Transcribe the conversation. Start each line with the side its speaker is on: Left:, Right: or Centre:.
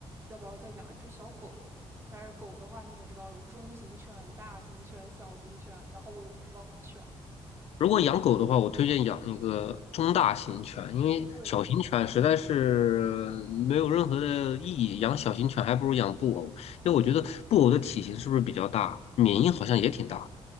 Right: 要不要再养一只小狗。但是狗的话，你也知道有中型犬、大型犬、小型犬，然后我又不知道怎么选了
Left: 如果养狗的话，我推荐养一个中大型犬，因为小型犬实在是没有任何的意义。
Right: 贵吗？
Left: 养小型犬还不如养布偶，因为我觉得布偶的体型是不是比较大，缅因好像也挺大的，